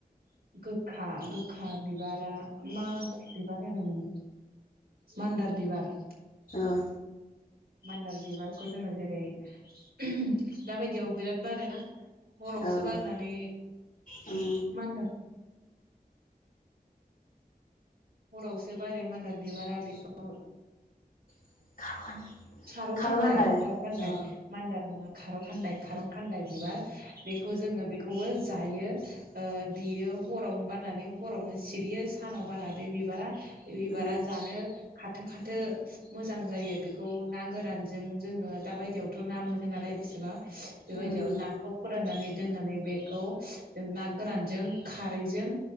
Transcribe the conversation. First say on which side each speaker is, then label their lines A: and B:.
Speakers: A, on the right (about 85°); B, on the left (about 60°).
A: गोखा गोखा बिबारा मा बिबार होनोमोन मान्दार बिबार
B: ओ
A: मान्दार बिबारखौ जोङो जेरै उम दाबायदियाव बिराद बारोना? हरावसो
B: औ
A: बारनानै
B: उम
A: मानदार हरावसो बारो मानदार बिबारा बेखौ
B: <unintelligible>
A: खारुखान्दाय
B: खार' गान्दाय
A: खारुखान्दाय,
B: औ
A: मान्दार नङा। खारखान्दाय खारंखान्दाय बिबार बेखौ जोङो बेखौबो जायो। ओ बियो हरावनो बारनानै हरावनो सिरियो सानाव बारा बे बिबारा बे बिबारा
B: उम
A: जानो खाथो खाथो मोजां जायो बेख खौ ना गोरानजों जोङो दा बायदियावथ' ना मोनो नालाय बेसेबा बेबायदियाव
B: उम
A: नाखौ फोराननानै दोननानै बे खौ जों ना गोरानजों खारैजों